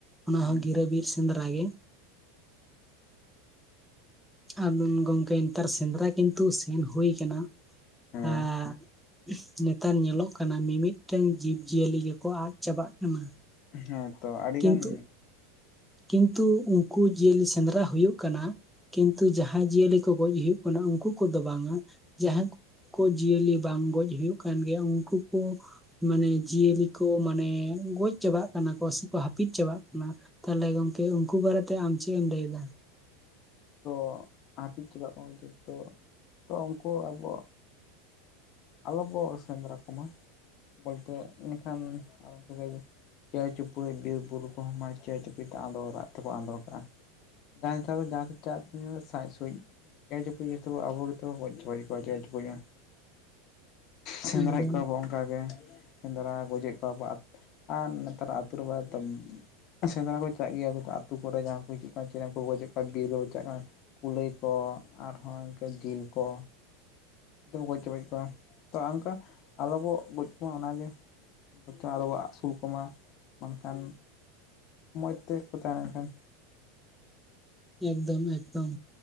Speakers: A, in the centre; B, on the left.
A: ᱚᱱᱟ
B: ᱦᱩᱸ
A: ᱦᱚᱸ ᱜᱤᱨᱟᱹᱵᱤᱨ ᱥᱮᱸᱫᱽᱨᱟ ᱜᱮ᱾ ᱟᱨ ᱜᱚᱝᱠᱮ ᱱᱮᱛᱟᱨ ᱥᱮᱸᱫᱽᱨᱟ ᱠᱤᱱᱛᱩ ᱥᱮᱱ ᱦᱩᱭ ᱠᱟᱱᱟ᱾
B: ᱦᱮᱸ
A: ᱟᱨ ᱱᱮᱛᱟᱨ ᱧᱮᱞᱚᱜ ᱠᱟᱱᱟ ᱢᱤᱢᱤᱫᱴᱟᱝ ᱡᱤᱵ ᱡᱤᱭᱟᱹᱞᱤ ᱜᱮᱠᱚ ᱟᱫ ᱪᱟᱵᱟᱜ ᱠᱟᱱᱟ᱾
B: ᱦᱮᱸᱛᱚ ᱟᱹᱰᱤ
A: ᱠᱤᱱᱛᱩ
B: ᱜᱟᱱ
A: ᱠᱤᱱᱛᱩ ᱩᱱᱠᱩ ᱡᱤᱭᱟᱹᱞᱤ ᱥᱮᱸᱫᱽᱨᱟ ᱦᱩᱭᱩᱜ ᱠᱟᱱᱟ᱾ ᱠᱤᱱᱛᱩ ᱡᱟᱦᱟᱸᱭ ᱡᱤᱭᱟᱹᱞᱤ ᱠᱚ ᱜᱚᱡ ᱦᱩᱭᱩᱜ ᱠᱟᱱᱟ᱾ ᱩᱱᱠᱩ ᱠᱚᱫᱚ ᱵᱟᱝᱼᱟ᱾ ᱡᱟᱦᱟᱸ ᱠᱚ ᱠᱩ ᱡᱤᱭᱟᱹᱞᱤ ᱵᱟᱝ ᱜᱚᱡ ᱦᱩᱭᱩᱜ ᱠᱟᱱ ᱜᱮᱭᱟ ᱩᱱᱠᱩ ᱠᱚ ᱢᱟᱱᱮ ᱡᱤᱭᱟᱹᱞᱤ ᱠᱚ ᱢᱟᱱᱮ ᱜᱚᱡ ᱪᱟᱵᱟᱜ ᱠᱟᱱᱟ ᱠᱚ ᱥᱮᱠᱚ ᱦᱟᱹᱯᱤᱫ ᱪᱟᱵᱟᱜ ᱠᱟᱱᱟ᱾ ᱛᱟᱦᱚᱞᱮ ᱜᱚᱝᱠᱮ ᱩᱱᱠᱩ ᱵᱟᱨᱮ ᱛᱮ ᱟᱢ ᱪᱮᱜ ᱮᱢ ᱞᱟᱹᱭ ᱮᱫᱟ?
B: ᱛᱚ ᱦᱟᱹᱯᱤᱫ ᱪᱟᱵᱟᱜ ᱠᱟᱱᱟ ᱠᱚ ᱡᱚᱛᱚ ᱛᱚ ᱩᱱᱠᱩ ᱟᱵᱚ, ᱟᱞᱚᱵᱚ ᱟᱞᱚ ᱵᱚ ᱥᱮᱸᱫᱨᱟ ᱠᱚᱢᱟ, ᱵᱚᱞᱛᱮ ᱤᱱᱟᱹᱠᱷᱟᱱ ᱟᱨ <unintelligible> ᱪᱮᱭ ᱪᱩᱯᱲᱩᱡ ᱵᱤᱨᱵᱩᱨᱩ ᱠᱚᱦᱚᱸ ᱢᱟᱱᱮ ᱪᱮᱣ ᱪᱩᱯᱲᱡ ᱛᱮ ᱟᱸᱫᱳᱲ ᱨᱟᱜ ᱛᱮᱠᱚ ᱟᱸᱫᱳᱲ ᱠᱟᱜ-ᱟ᱾ ᱡᱟᱦᱟᱸ ᱪᱟᱭ <unintelligible> ᱥᱟᱸᱡ ᱥᱩᱸᱡ ᱪᱮᱬᱮ ᱪᱩᱯᱲ ᱡᱷᱚᱛᱚ ᱠᱚ ᱟᱵᱚ ᱜᱮᱛᱚ ᱵᱚ ᱜᱚᱡ ᱪᱟᱵᱟᱠᱮᱫ ᱠᱚᱣᱟ ᱪᱟᱣᱮ ᱪᱩᱯᱲᱩᱡ ᱢᱟ᱾
A: <inaudible>
B: ᱥᱮᱸᱫᱽᱨᱟᱭᱮᱜ
A: ᱮᱠᱫᱚᱢ
B: ᱠᱚᱣᱟ ᱵᱚᱱᱼᱼ ᱚᱱᱠᱟᱜᱮ ᱥᱮᱸᱫᱽᱨᱟ ᱜᱚᱡᱮᱫ ᱠᱚᱣᱟᱵᱚ ᱟᱨ ᱱᱮᱛᱟᱨᱟᱜ ᱟᱹᱛᱩᱩ <unintelligible> ᱛᱚ ᱥᱮᱸᱫᱽᱨᱟ ᱠᱚ ᱪᱟᱜ ᱜᱮᱭᱟ ᱠᱚ ᱟᱹᱛᱩ ᱠᱚᱨᱮ ᱡᱟᱦᱟᱸᱭ ᱠᱚ ᱦᱤᱡᱩᱜ ᱠᱟᱱ <unintelligible> ᱠᱚᱠᱚ ᱜᱚᱡᱮᱜ ᱠᱚᱣᱟ ᱵᱤᱨ ᱨᱮ ᱠᱚ ᱪᱟᱜ ᱠᱟᱱᱟ ᱠᱩᱞᱟᱹᱭ ᱠᱚ ᱟᱨᱦᱚᱸ ᱤᱱᱠᱟᱹ ᱡᱤᱞ ᱠᱚᱼᱼ ᱡᱷᱚᱛᱚ ᱵᱚ ᱜᱚᱡ ᱪᱚᱵᱟᱭᱮᱫ ᱠᱚᱣᱟ ᱛᱚ ᱚᱱᱠᱟ ᱟᱞᱚᱵᱚᱱ ᱜᱚᱡ ᱠᱚᱢᱟ ᱚᱱᱟᱜᱮᱼᱼ ᱵᱚᱨᱪᱚᱢ ᱟᱨᱚᱵᱚ ᱟᱹᱥᱩᱞ ᱠᱚᱢᱟ ᱵᱟᱝᱠᱷᱟᱱ ᱢᱚᱡᱽ ᱛᱮᱠᱚ ᱛᱟᱦᱮᱸᱱᱟ ᱮᱱᱠᱷᱟᱱ᱾
A: ᱮᱠᱫᱚᱢ-ᱮᱠᱫᱚᱢ